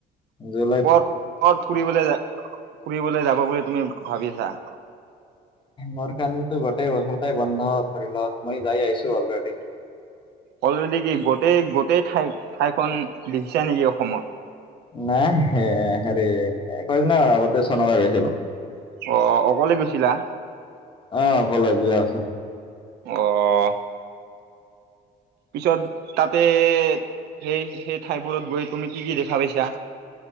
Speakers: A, on the left (about 30°); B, on the right (about 75°).
A: জুলাইত
B: ক'ত কত ফুৰিবলৈ ফুৰিবলৈ যাব বুলি তুমি ভাবিছা
A: মোৰ কাৰণটো গোটেই বছৰটাই বন্ধ ধৰিল মই যাই আহিছো অলৰেডি।
B: অলৰেডি কি গোটেই গোটেই ঠাই ঠাইখন দেখিছো নেকি অসমত।
A: নাই হেৰি কৰি ন আগতে চনকা গৈছিলো
B: অ অকলে গৈছিলা
A: আহ অ কলে বিয়া আছিল
B: আহ পিছত তাতে সেই সেই ঠাইবোৰত গৈ তুমি কি কি দেখা পাইছা